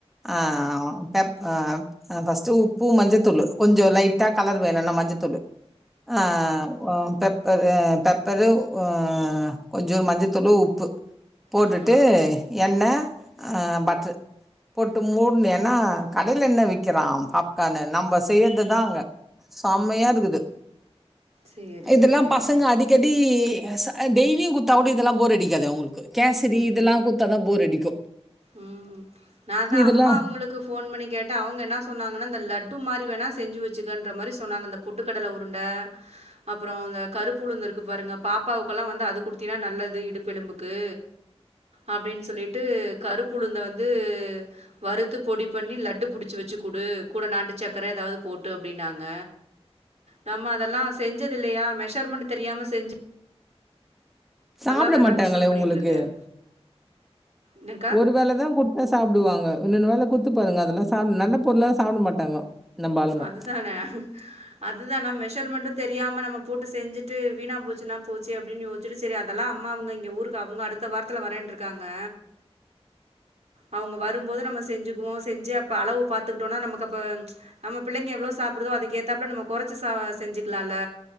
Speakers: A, in the centre; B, on the right.
A: ஆ பெப் அ ஃபர்ஸ்ட் உப்பு மஞ்சத்தூள் கொஞ்ச லைட்டா கலர் வேணுனா மஞ்சத்தூள் ஆ பெப்ப பெப்பரு உ கொஞ்சோ மஞ்சத்தூளு உப்பு போட்டுட்டு
B: ம், ம்.
A: எண்ணெய் ஆ பட்டரு போட்டு மூடுணுயின்னா கடையில என்ன விக்கிறான பாப்கான்னு நம்ம செய்யறது தா அங்க செம்மையா
B: ஓ!
A: இருக்குது
B: சரிக்கா,
A: இதெல்லா
B: சரிக்கா.
A: பசங்க அடி க்கடி டெய்லியு குடுத்தா கூட இதெல்லாம் போர் அடிக்காது அவங்களுக்கு கேசரி இதெல்லா கு த்தாதா போர் அடிக்கு
B: ம் நா தா
A: இதெல்லா
B: அம்மா அவுங்களு க்கு ஃபோன் பண்ணி கேட்டா அவுங்க என்ன சொன்னாங்கனா அந்த லட்டு மாரி வேணா செஞ்சி வச்சுக்கன்ற மாரி சொன்னாங்க பொட்டுக்கடல உருண்ட அப்புற இந்த கருப்பு உளுந்து இருக்கு பாருங்க பாப்பாவுக்குல்லா வந்து அது குடுத்தீனா நல்லது இடுப்பெலும்புக்கு அப்டின்னு சொல்லிட்டு கருப்பு உளுந்த வந்து வறுத்து பொடி பண்ணி லட்டு புடிச்சு வச்சு குடு கூட நாட்டு சக்கர எதாவது போட்டு அப்படின்னாங்க நம்ம அதெல்லா செஞ்சது இல்லையா மெஷர்மெண்ட் தெரியாம செஞ்சி
A: சாப்பட
B: இல்லன்னா
A: மாட்டாங்களே
B: யோசனை பண்ணிட்டு
A: உங்களுக்கு
B: இருக்கேன். என்னக்கா?
A: ஒருவேளைதா குடு சாப்பிடுவாங்க இன்னொன்னு வேலை குடுத்து பாருங்க அதெல்லா சா நல்ல பொருளெல்லா சாப்பிட மாட்டாங்க நம்ப ஆளுங்க
B: அதுதானே அதுதா நா மெசர்மென்ட் தெரியாம நம்ம போட்டு செஞ்சுட்டு வீணா போச்சுன்னா போச்சே அப்டின்னு யோசி சேரி சேரி அதெல்லா அம்மா அவங்க இங்க ஊருக்கு அவங்க அடுத்த வாரத்ல வரேன்ட் இருக்காங்க அவங்க வரும்போது நம்ம செஞ்சுக்வோ செஞ்சு அப்ப அளவு பாத்துக்கிட்டோனா நமக் அப்ப நம்ம பிள்ளைங்க எவ்ளோ சாப்டுதோ அதுக்கேத்தாப்ல நம்ம குறச்சி சா செஞ்சிக்கலால்ல